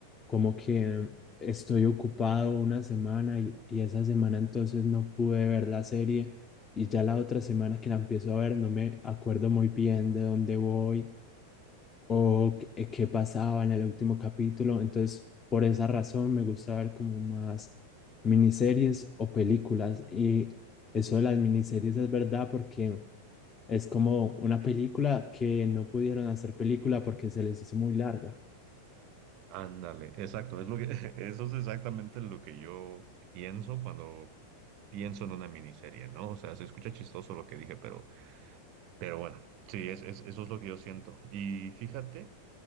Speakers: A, on the left; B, on the right.
A: como que estoy ocupado una semana y, y esa semana entonces no pude ver la serie y ya la otra semana que la empiezo a ver no me acuerdo muy bien de dónde voy o qué, eh, qué pasaba en el último capítulo. Entonces, por esa razón me gusta ver como más miniseries o películas. Y eso de las miniseries es verdad porque es como una película que no pudieron hacer película porque se les hizo muy larga.
B: Ándale, exacto, es lo que, <laughs> eso es exactamente lo que yo pienso cuando pienso en una miniserie, ¿no? O sea, se escucha chistoso lo que dije, pero, pero bueno, sí, es, es- eso es lo que yo siento. Y fíjate